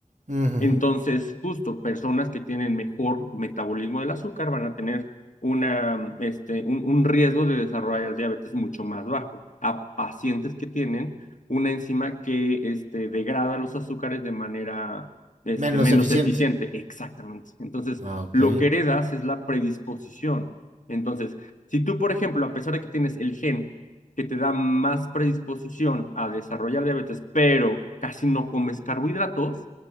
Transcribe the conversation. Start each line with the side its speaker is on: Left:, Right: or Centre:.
Right: ujú.
Left: Entonces, justo personas que tienen mejor metabolismo del azúcar van a tener una, este, un, un riesgo de desarrollar diabetes mucho más bajo a pacientes que tienen una enzima que este, degrada los azúcares de manera este,
Right: Menos
Left: menos
Right: eficiente.
Left: eficiente. Exactamente. Entonces,
Right: Ah, Ok.
Left: lo que heredas es la predisposición. Entonces, si tú, por ejemplo, a pesar de que tienes el gen que te da más predisposición a desarrollar diabetes, pero casi no comes carbohidratos,